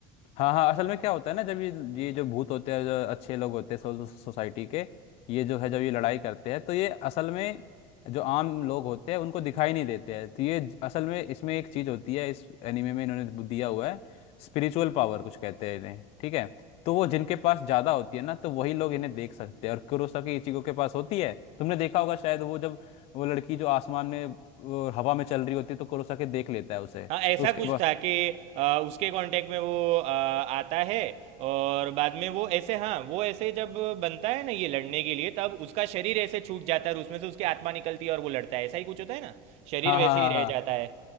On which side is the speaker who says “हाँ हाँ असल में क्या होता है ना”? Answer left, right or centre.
Left